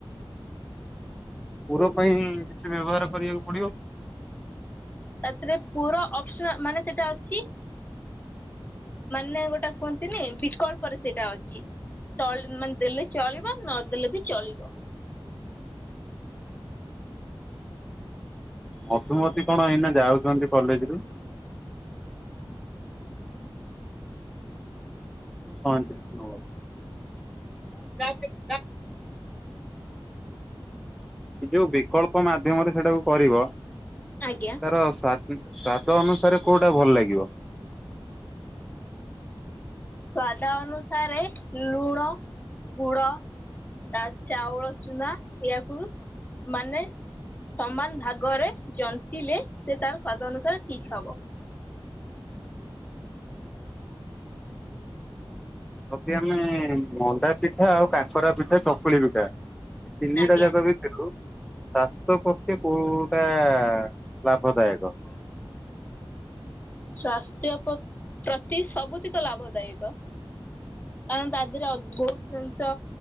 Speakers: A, in the centre; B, on the left.
A: ପୁର ପାଇଁ କିଛି ବ୍ୟବହାର କରିଆକୁ ପଡିବ।
B: ତାଥିରେ ପୁର ଅପ୍ ସନା ମାନେ ସେଟା ଅଛି। ମାନେ ଗୋଟେ କୁହନ୍ତି ନି ବିକଳ୍ପରେ ସେଇଟା ଅଛି। ଚଳ୍ ମାନେ ଦେଲେ ଚଳିବ, ନଦେଲେ ବି ଚଳିବ।
A: ମଧୁମତି କଣ ଏଇନା ଯାଉଚନ୍ତି କଲେଜ ରୁ? <unintelligible> ଯୋଉ ବିକଳ୍ପ ମାଧ୍ୟମରେ ସେଇଟାକୁ କରିବ।
B: ଆଜ୍ଞା।
A: ତାର ସ୍ୱା ସ୍ଵାଦ ଅନୁସାରେ କୋଉଟା ଭଲ ଲାଗିବ?
B: ସ୍ଵାଦ ଅନୁସାରେ ଲୁଣ ଗୁଡ ତା ଚାଉଳ ଚୁନା ଏହାକୁ ମାନେ ସମାନ ଭାଗରେ ଜନ୍ତିଲେ ସେ ତାର ସ୍ୱାଦ ଅନୁସାରେ ଠିକ୍ ହବ।
A: ଯଦି ଆମେ ମଣ୍ଡା ପିଠା ଆଉ କାକରା ପିଠା ଚକୁଳି ପିଠା ଏଇ ତିନିଟା
B: ଆଜ୍ଞା
A: ଯାକ ବି ସ୍ୱାସ୍ଥ୍ୟ ପକ୍ଷେ କୋଉଟା ଲାଭଦାୟକ?
B: ସ୍ଵାସ୍ଥ୍ୟ ପ୍ରତି ସବୁତିକ ଲାଭଦାୟକ। କାରଣ ତା ଦେହରେ ଅ ବହୁତ ଜିନିଷ